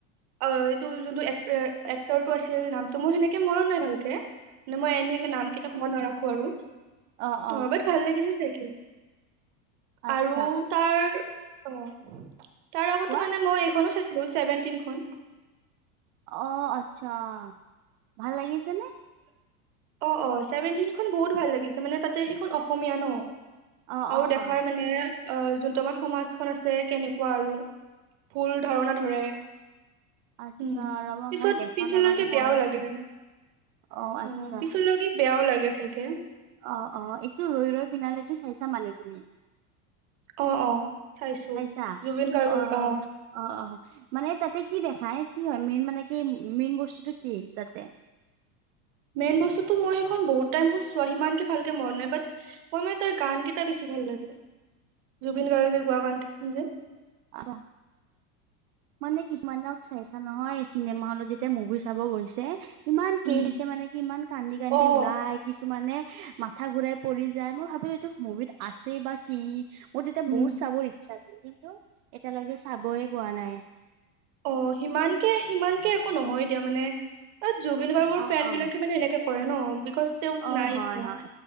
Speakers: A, on the right; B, on the right.
A: অ এইটো যোনটো এক এক্টৰটো আছিল নামটো মোৰ সেনেকে মনত নাই ভালকে মানে মই এনেই এনেই নাম কেইটা মনত নাৰাখো আৰু।
B: অ-অ।
A: অ বাট ভাল লাগিছে চাগে
B: আচ্ছা
A: আৰু তাৰ, অ। তাৰ আগতে
B: কোৱা
A: মানে মই এইখনো চাইছিলো চছেভেনটিনখন।
B: অ আচ্ছা, ভাল লাগিছে নে?
A: অ অ চেভেনটিনখন বহুত ভাল লাগিছে মানে তাতে সেইখন অসমীয়া ন।
B: অ
A: আৰু
B: অ
A: দেখাই
B: অ
A: মানে অ যোনটো আমাৰ সমাজখন আছে কেনেকুৱা আৰু। ফুল ধাৰণা ধৰে।
B: আচ্ছা
A: উম
B: ৰবা
A: পিছত
B: মই দেখা
A: পিছলৈকে
B: নাই মানে
A: বেয়াও
B: মইও
A: লাগে
B: চাম। অহ
A: অ',
B: আচ্ছা।
A: পিছলৈকে বেয়াও লাগে চাগে
B: অ অ এইটো ৰৈ ৰৈ বিনালেটো চাইছা মানে তুমি।
A: অ', অ', চাইছো।
B: চাইছা
A: জুবিন গাৰ্গৰ
B: অহ
A: অ',
B: অ অ। মানে তাতে কি দেখায় কি হয় মেইন মানে কি মেইন বস্তুটো কি তাতে?
A: মেইন বস্তুতো মই সেইখন বহুত টাইম হল চোৱা সিমানকে ভালকে মন নাই ব মই মানে তাৰ গান কেইটা বেছি ভাল লাগে, জুবিন গাৰ্গে গোৱা গান বোৰ যে
B: আহ মানে কিছুমানক চাইছা নহয় চিনেমা হলত যেতিয়া মুভি চাব গৈছে ইমান
A: উম,
B: কে হৈছে মানে কি ইমান কান্দি কান্দি
A: অ',
B: ওলাই কিছুমানে। মাথা ঘুৰাই পৰি যায় মই ভাবিলো এইটো মুভিত আছে বা কি মোৰ তেতিয়া
A: উম,
B: বহুত চাবৰ ইচ্ছা আছিল কিন্তু এতিয়ালৈকে চাবই পোৱা নাই।
A: অ সিমানকে সিমানকে একো নহয় দিয়া মানে জুবিন গাৰ্গৰ
B: অ
A: ফেন
B: অ
A: বিলাকে মানে এনেকে কৰে ন বিকজ তেওঁতো
B: অ
A: নাই
B: হয়
A: এতিয়া
B: হয়